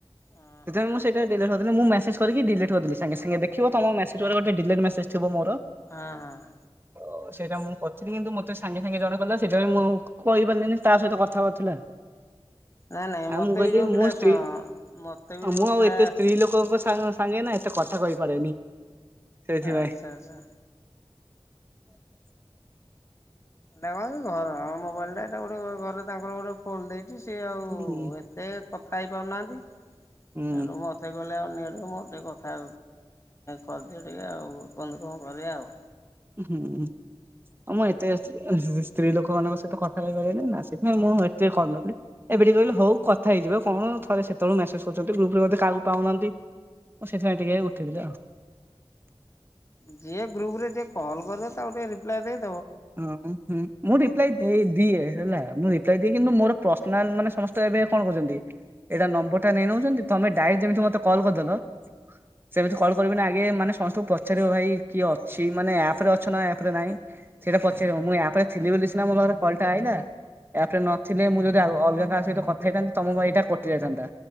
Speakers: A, on the left; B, on the right.
A: ହଁ
B: ସେତେବେଳେ
A: ହଁ
B: ମୁଁ ସେଇଟା ଡିଲିଟ କରିଦେଲି ମୁଁ ମ୍ୟା ମେସେଜ କରିକି ଡିଲିଟ କରିଦେଲି ସାଙ୍ଗେ ସାଙ୍ଗେ ଦେଖିବ ତମ ମେସେଜ୍ ପରେ ଗୋଟେ ଡିଲିଟ ମେସେଜ ଥିବ ମୋର
A: ଆଁ ହାଁ।
B: ତ ସେଇଟା ମୁଁ କରିଥିଲି କିନ୍ତୁ ମୋତେ ସାଙ୍ଗେ ସାଙ୍ଗେ ଜଣେ କଲା ସେଇଟା ବି ମୁଁ ଆଉ କହିପାରିଲିନି ତା ସହିତ କଥା ହବାର ଥିଲା।
A: ନାଇଁ ନାଇଁ ମତେ
B: ଆଉ ମୁଁ କହିଲି
A: ବି ଯୋଉ ପିଲା
B: ମୋ ସ୍ତ୍ରୀ
A: ଶୁଣ ମତେ ବି
B: ଆଉ
A: ଯୋଉ
B: ମୁଁ ଆଉ
A: ପିଲା
B: ଏତେ ସ୍ତ୍ରୀ ଲୋକ ଙ୍କ ସାଙ୍ଗ ସାଙ୍ଗେ ନା ଏତେ କଥା କହିପାରେନି। ସେଇଥିପାଇଁ
A: ଆଚ୍ଛା ଆଚ୍ଛା।
B: <inaudible>
A: ନାଇଁ ମ ଘର ମୋବାଇଲ ଟା ଏଟା ଗୋଟେ ଘରେ ତାଙ୍କର ଗୋଟେ ଫୋନ ଦେଇ ଛି ଆଉ
B: ହୁଁ
A: ଏତେ କଥା ହେଇପାରୁ ନାହାନ୍ତି। ସେଉଠୁ
B: ହୁଁ
A: ମତେ କହିଲେ। କହିଲେ ଆଉ ନିଅ ଟିକେ ମୁଁ ଟିକେ କଥା କରିଦିଅ ଟିକେ ଆଉ କୁହନ୍ତୁ କଣ କରିବା ଆଉ।
B: ହୁଁ <unintelligible> ସ୍ତ୍ରୀ ଲୋକମାନଙ୍କ ସହିତ କଥା କହିପାରିବା ନାଇଁ ନା ସେଥିପାଇଁ ମୁଁ ଏତ କରୁ ନଥିଲି। ଏବେ ଟିକ କହିଲି ହଉ କଥା ହେଇ ଯିବ କଣ ଥରେ ସେତେବେଳେ ମେସେଜ କରୁଛନ୍ତି। ଗ୍ରୁପରେ ମଧ୍ୟ କହାକୁ ପାଉନାହାନ୍ତି। ମୁଁ ସେଥିପାଇଁ ଟିକେ ଉଠେଇଥିଲି ଆଉ।
A: ଯିଏ ଗ୍ରୁପ ରେ ଯିଏ କଲ୍ କଲେ ତାକୁ ଟିକେ ରିପ୍ଲାଏ ଦେ
B: ହଁ ହୁଁ ମୁଁ ରିପ୍ଲାଇ ଦେଇ ଦିଏ ହେଲା ମୁଁ। ସେଇଠି କିନ୍ତୁ ମୋର ପର୍ସନାଲ ମାନେ ସମସ୍ତେ ଏବେ କଣ କରୁଛନ୍ତି? ଏଇଟା ନମ୍ବର ଟା ନେଇ ନେଉଛନ୍ତି। ତମେ ଡାଇ ଯେମିତି ମତେ କଲ କରିଦିଅନ୍ତ। ସେମିତି କଲ୍ କରିବନି। ଆଗେ ମାନେ ସମସ୍ତଙ୍କୁ ପଚାରିବ। ଭାଇ କିଏ ଅଛି ମାନେ ଆପ ରେ ଅଛ ନା ଆପ ରେ ନାଇଁ। ସେଇଟା ପଚାରବ ମୁଁ ଆପରେ ଥିଲି ବୋଲି ସିନା ମୋ ପାଖରେ କଲ୍ ଟା ଆଇଲା। ଏ ଆପ ରେ ନଥିଲେ ମୁଁ ଯଦି ଅଲଗା। କାହା ସହିତ କଥା ହେଇଥାନନ୍ତି ତମ ମୋ ଏଇଟା କଟି ଯାଇଥାନ୍ତା।